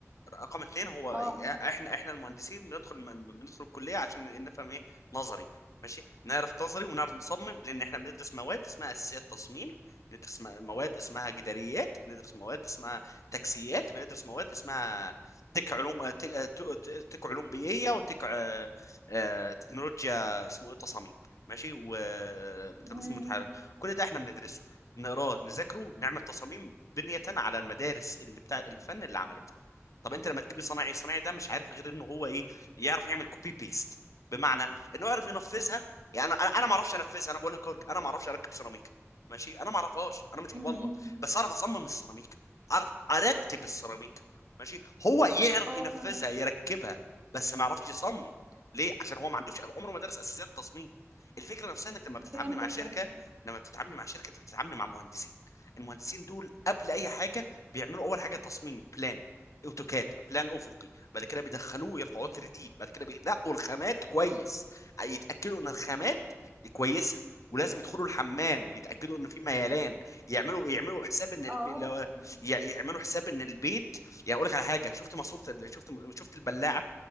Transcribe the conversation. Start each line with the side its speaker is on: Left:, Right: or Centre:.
Left: رقم اتنين هو
Right: اه
Left: احنا احنا المهندسين بندخل من- بندخل الكليه عشان نفهم ايه نظري ماشي نعرف نظري ونعرف نصمم لان احنا بندرس مواد اسمها اساسيات تصميم بندرس م- مواد اسمها جداريات بندرس مواد اسمها تكسيات بندرس مواد اسمها تك علوم تك, تك تك علوم بيئيه وتك آه، آه، تكنولوجيا اسمه ايه تصاميم ماشي وترسم
Right: امم
Left: متحرك كل ده احنا بندرسه نقراه نذاكره نعمل تصاميم بنية على المدارس اللي بتاع الفن اللي عملتها طب انت لما تجيب صنايعي الصنايعي ده مش عارف غير ان هو ايه يعرف يعمل كوبي بيست بمعنى انه يعرف ينفذها يعني انا انا أنا ما اعرفش انفذها انا بقول لك أورج- انا ما اعرفش اركب سيراميك ماشي انا ما اعرفهاش انا مش مبلط
Right: امم
Left: بس اعرف اصمم السيراميك اعرف ارتب السيراميك ماشي هو يعرف
Right: اه
Left: ينفذها
Right: فاهمه
Left: يركبها بس ما يعرفش يصمم ليه عشان هو ما عندوش عمره ما درس اساسيات تصميم الفكره نفسها انك لما بتتعامل
Right: فهمتك
Left: مع شركه
Right: فهمتك
Left: لما بتتعامل مع شركه انت بتتعامل مع مهندسين المهندسين دول قبل اي حاجه بيعملوا اول حاجه تصميم بلان اوتوكاد بلان افقي بعد كده بيدخلوه يرفعوه 3 دي بعد كده بينقوا الخامات كويس يتاكدوا ان الخامات دي كويسه ولازم يدخلوا الحمام يتاكدوا ان في ميلان يعملوا يعملوا حساب ان البي...
Right: اه
Left: لو... ي- يعملوا حساب ان البيت يعني اقول لك على حاجه شفت ماسوره ال- شفت شفت البلاعه